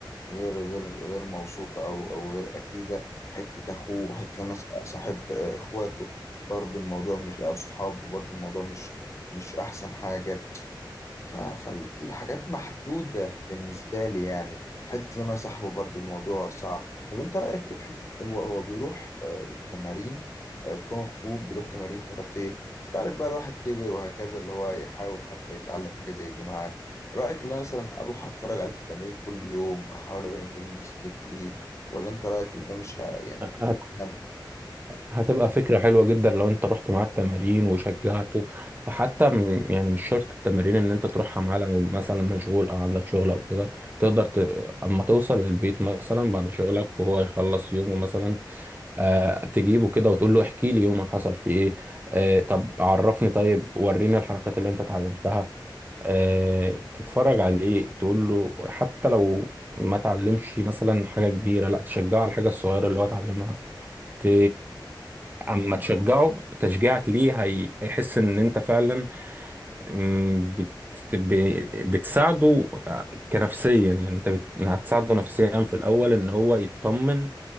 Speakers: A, on the left (about 35°); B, on the right (about 25°).
A: غير غير غير موثوقة أو أو غير أكيدة حتة أخوه حتة أنا صاحب آه، إخواته برضو الموضوع مش أو صحابه برضو الموضوع مش مش أحسن حاجة ف- فالحاجات محدودة بالنسبة لي يعني حتة إن أنا صاحبه برضو الموضوع صعب طب أنت رأيك إيه في حتة هو هو بيروح آه، تمارين آه، كونغ فو بيروح تمارين كاراتيه بس تعرف بقى الواحد كبر وهكذا اللي هو يحاول حتى يتعلم حاجة زي دي معاه رأيك إن أنا مثلا أروح أتفرج عليه في التمرين كل يوم أحاول أبين إنه أنا صديق ليه ولا أنت رأيك إن ده مش ه- يعني
B: أكيد
A: مش
B: هت...
A: هيكمل؟
B: هتبقى فكرة حلوة جدا لو انت رحت معاه التمارين وشجعته وحتى من يعني مش شرط التمارين ان انت تروحها معاه لو مثلا مشغول او عندك شغل او كده تقدر ت... اما توصل البيت مثلا بعد شغلك وهو يخلص يومه مثلا آه تجيبه كده وتقول له احكي لي يومك حصل فيه ايه آه طب عرفني طيب وريني الحركات اللي انت اتعلمتها آه، تتفرج عليه تقول له حتى لو ما تعلمش مثلا حاجة كبيرة لا تشجعه على الحاجة الصغيرة اللي هو اتعلمها ت... اما تشجعه تشجيعك ليه هي- هيحس ان انت فعلا مم، بت... ب... بتساعده آه، كنفسيا يعني انت بت... هتساعده نفسيا في الاول ان هو يطمن